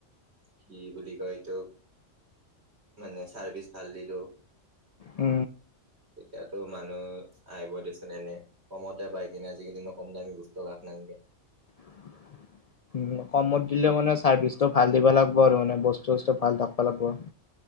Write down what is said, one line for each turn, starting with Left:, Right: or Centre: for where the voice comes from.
Right: কি বুলি এইটো মানে চাৰ্ভিছ ভাল দিলো
Left: উ
Right: তেতিয়াতো মানুহ আহিব দেচোন এনে কমতে পাই কিনে আজিকালিনো কম দামী বস্তু কাক নালগে
Left: <unintelligible> কমত দিলে মানে চাৰ্ভিচটো ভাল দিব লাগব আৰু মানে বস্তু চস্তু ভাল থাকব লাগব।